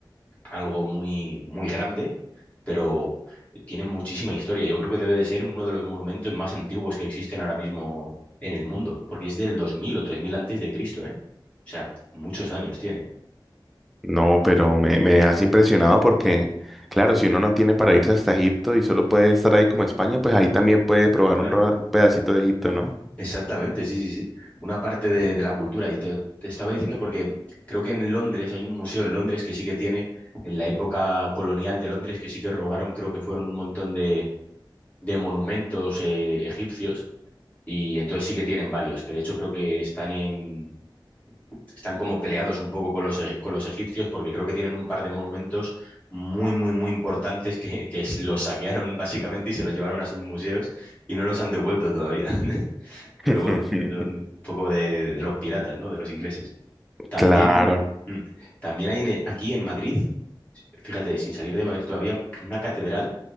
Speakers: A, on the left; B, in the centre.
A: algo muy, muy grande, pero tiene muchísima historia. Yo creo que debe de ser uno de los monumentos más antiguos que existen ahora mismo en el mundo, porque es del 2000 o 3000 antes de Cristo, ¿eh? O sea, muchos años tiene.
B: No, pero me, me has impresionado porque, claro, si uno no tiene para irse hasta Egipto y solo puede estar ahí como España, pues ahí también puede probar
A: Claro.
B: un, ra- un pedacito de Egipto, ¿no?
A: Exactamente, sí, sí, sí. Una parte de, de la cultura. Y te, te estaba diciendo porque creo que en Londres hay un museo en Londres que sí que tiene, en la época colonial de Londres, que sí que robaron, creo que fueron un montón de, de monumentos eh, egipcios. Y entonces sí que tienen varios, que de hecho creo que están en, están como peleados un poco con los, e- con los egipcios, porque creo que tienen un par de monumentos muy, muy, muy importantes que, que los saquearon básicamente y se los llevaron a sus museos y no los han devuelto todavía. Pero
B: <laughs>
A: bueno, son un poco de, de los piratas, ¿no? De los ingleses. También,
B: Claro,
A: mm, también hay en- e- aquí en Madrid, fíjate, sin salir de Madrid todavía, una catedral